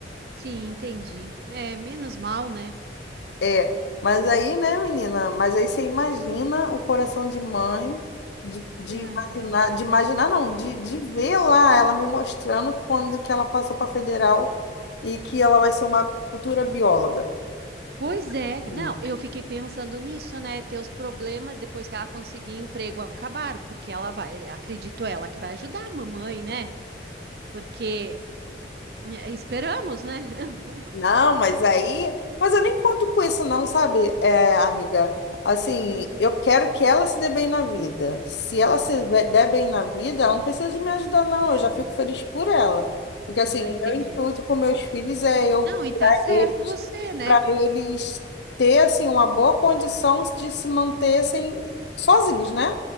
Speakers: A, on the right; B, on the left.
A: sim, entendi. É, menos mal, né?
B: É. Mas aí, né, menina? Mas aí você imagina o coração de mãe, de, de
A: Aham.
B: imaginar, de imaginar não, de, de ver lá ela me mostrando quando que ela passou para federal e que ela vai ser uma futura bióloga.
A: Pois
B: E,
A: é.
B: menina,
A: Não, eu fiquei pensando nisso, né? Teus problemas depois que ela conseguir emprego acabaram, porque ela vai, acredito ela que vai ajudar a mamãe, né? Porque é, esperamos, né? <laughs>
B: Não, mas aí. Mas eu nem conto com isso, não, sabe, é, amiga? Assim,
A: Uhum.
B: eu quero que ela se dê bem na vida. Se ela se ve- der bem na vida, ela não precisa de me ajudar, não. Eu já fico feliz por ela. Porque, assim,
A: Ah,
B: o
A: entendi.
B: meu intuito com meus filhos é eu
A: Não, e
B: criar
A: tá certo
B: eles
A: você, né?
B: para eles ter, assim, uma boa condição de se manter sem, sozinhos, né?